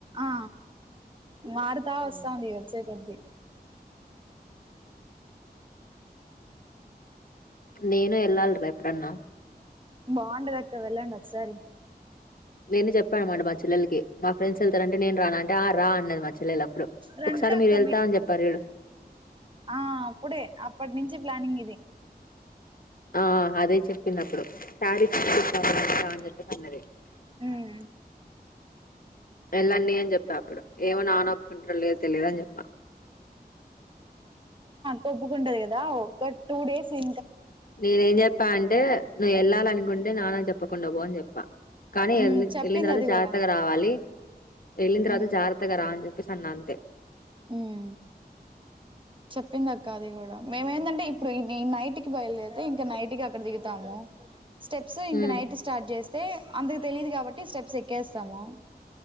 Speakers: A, on the right; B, on the left.
A: ఆ.. మారుతా వస్తాంది
B: ఉమ్.
A: వచ్చే కొద్దీ
B: నేను ఎల్లలిరా ఎప్పుడన్నా
A: బాగుందిరక్క వెళ్ళండి ఒకసారి
B: నేను చెప్పా అనమాట మా చెల్లెల్కి మా ఫ్రెండ్స్ ఎల్తారంటే నేన్ రాన అంటే ఆ రా అన్నది చ్చలేల అప్పుడు
A: రండి
B: ఒకసారి
A: అక్క
B: మీరు ఎల్థారనీ చెప్పార్చుడు
A: ఆ అప్పుడే అప్పట్నుంచే ప్లానింగ్ ఇది
B: ఆ అదే చెప్పిందపుడు శారీ చూస్తావా అని చెప్పి అన్నది
A: ఉమ్మ్..
B: ఎలాన్నీ అన్ చెప్ పిడు ఏమో నానఒప్కుంటాడో లేదుో తెలీదని చెప్ప
A: కొప్పుకుంటది కదా ఒక్క టూ డేస్ ఇ
B: నేనే ఏం చెప్పా అంటే నువ్ ఎల్లాలనుకుంటే నానక్ చెప్పకుండా పోో అని చెప్పా కానీ
A: ఉమ్
B: ఎల్లి
A: చెప్పింది
B: ఎల్లిన్ తర్వాత
A: అది
B: జాగ్రత్తగా
A: కూడా
B: రావాలి ఎల్లిన్ తర్వాత
A: ఉమ్
B: జాగ్రత్తగా రాఅని చెప్పి పసన్నంతే
A: ఉమ్ చెప్పిందక్కా అది గుడా మేమెందంటే ఇప్పుడు ఈ నైట్ కి బయలుదేరితే ఇంకా నైట్ కి అక్కడ దిగుతాము స్టెప్స్ ఇంకా
B: ఉమ్
A: నైట్ స్టార్ట్ చేస్తే అందరికి తెలీయదు కాబట్టి స్టెప్స్ ఎక్కేస్తాము